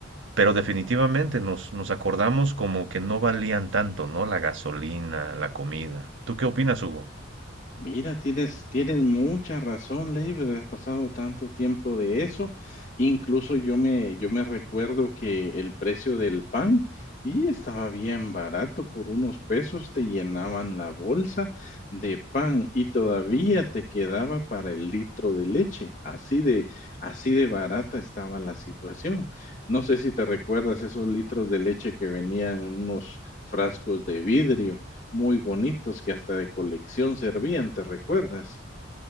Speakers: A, on the right (about 70°); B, on the left (about 40°).
A: pero definitivamente nos, nos acordamos como que no valían tanto, ¿no? La gasolina, la comida. ¿Tú qué opinas, Hugo? <laughs>
B: Mira, tienes, tienes mucha razón, Leiber, haber pasado tanto tiempo de eso. Incluso yo me, yo me recuerdo que el precio del pan y estaba bien barato, por unos pesos te llenaban la bolsa de pan y todavía te quedaba para el litro de leche. Así de, así de barata estaba la situación. No sé si te recuerdas esos litros de leche que venían en unos frascos de vidrio muy bonitos que hasta de colección servían, ¿te recuerdas?